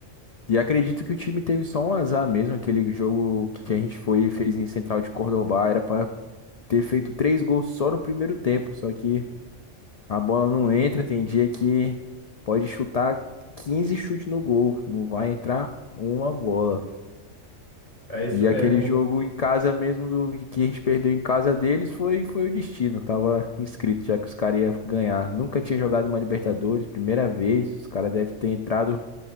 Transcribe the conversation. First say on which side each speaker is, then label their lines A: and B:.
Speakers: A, on the left (about 70°); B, on the left (about 40°).
A: E acredito que o time teve só um azar mesmo, aquele jogo que a gente foi e fez em Central de Córdoba, era pra ter feito três gols só no primeiro tempo, só que a bola não entra, tem dia que pode chutar 15 chutes no gol, não vai entrar uma bola.
B: É isso
A: E
B: mesmo.
A: aquele jogo em casa mesmo do que a gente perdeu em casa deles foi foi o destino, tava escrito já que os caras iam ganhar. Nunca tinha jogado uma Libertadores, primeira vez, os caras devem ter entrado